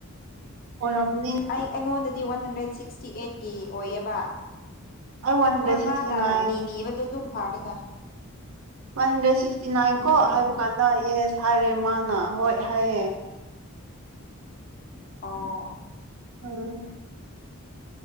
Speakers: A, on the right; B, on the left.
A: ꯑꯣꯏꯔꯝꯅꯤꯅ
B: ꯑꯩ ꯑꯩꯉꯣꯟꯗꯗꯤ ꯋꯥꯟ ꯍꯟꯗ꯭ꯔꯦꯠ ꯁꯤꯛꯁ ꯇꯤ ꯑꯩꯠꯀꯤ ꯑꯣꯏꯌꯦꯕ
A: ꯑꯩ ꯋꯥꯟ ꯍꯟꯗ꯭ꯔꯦꯠ
B: ꯍꯣꯏ
A: ꯁꯤꯛꯁꯇꯤ
B: ꯃꯥꯅ
A: ꯅꯥꯏꯟ
B: ꯅꯤꯅꯤꯕꯗꯣ ꯑꯗꯨꯝ ꯐꯥꯔꯅꯤꯗ
A: ꯋꯥꯟ ꯍꯟꯗ꯭ꯔꯦꯗ ꯁꯤꯛꯁꯇꯤ ꯅꯥꯏꯟ
B: ꯎꯝ
A: ꯀꯣ ꯍꯥꯏꯕ ꯀꯥꯟꯗ ꯌꯦꯁ ꯍꯥꯏꯔꯦ ꯃꯥꯅ ꯍꯣꯏ ꯍꯥꯏꯌꯦ
B: ꯑꯣ
A: ꯎꯝ